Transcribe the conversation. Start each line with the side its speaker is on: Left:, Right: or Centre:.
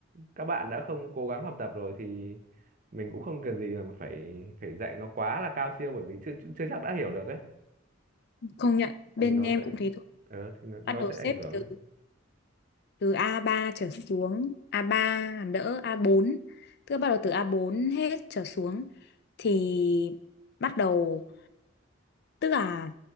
Right: các bạn đã không cố gắng học tập rồi thì mình cũng không cần gì mà phải phải dạy nó quá là cao siêu bởi vì chưa chưa chắc đã hiểu được ấy
Left: công nhận bên
Right: thì nó
Left: em
Right: sẽ
Left: cũng thế thôi
Right: ờ thì nó, nó
Left: bắt đầu
Right: sẽ
Left: xếp
Right: ảnh hưởng
Left: từ
Right: ấy
Left: từ a ba trở xuống a ba làm đỡ a bốn tức là bắt đầu từ a bốn hết trở xuống thì bắt đầu tức là